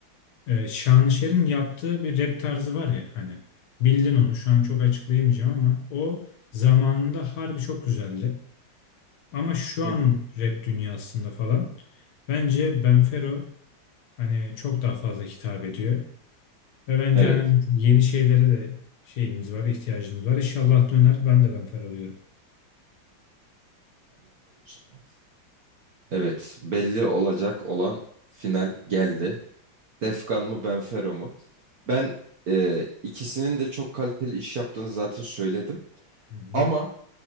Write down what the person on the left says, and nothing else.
e, Şanışer'in yaptığı bir rap tarzı var ya hani bildin onu şu an çok açıklayamayacağım ama o zamanında harbi çok güzeldi. Ama şu
anın
rap dünyasında falan bence Benfero hani çok daha fazla hitap ediyor. Ve bence
hani yeni şeylere de şeyimiz var, ihtiyacımız var. İnşallah döner. Ben de benfer oluyorum.
Hı hı.